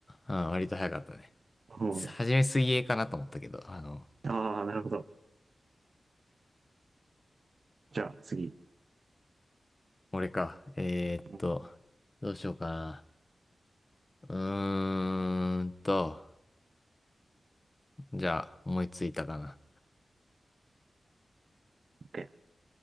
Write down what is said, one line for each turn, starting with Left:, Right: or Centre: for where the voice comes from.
Left: うん、割と早かったね。
Right: うん。
Left: はじめ水泳かなと思ったけど、あの、
Right: ああ、なるほど。じゃあ、次。
Left: 俺か。えーっと、
Right: うん。
Left: どうしようかな。うーんと、じゃあ、思いついたかな。
Right: OK